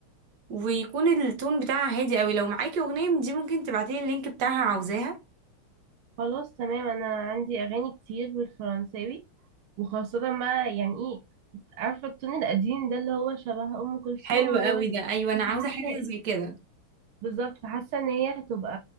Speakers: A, on the right; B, on the right.
A: ويكون التون بتاعها هادي قوي لو معاكي اغنيه من دي ممكن تبعتيلي اللينك بتاعها عاوزاها
B: خلاص تمام انا عندي اغاني كتير بالفرنساوي وخاصة بقى يعني إيه، عارفة التون القديم ده اللي هو شبه أم كلثوم
A: حلو
B: وورد.
A: قوي ده ايوه انا عاوزه
B: حاسة
A: حاجه
B: ايه
A: زي كده
B: بالظبط فحاسة ان هي هتبقى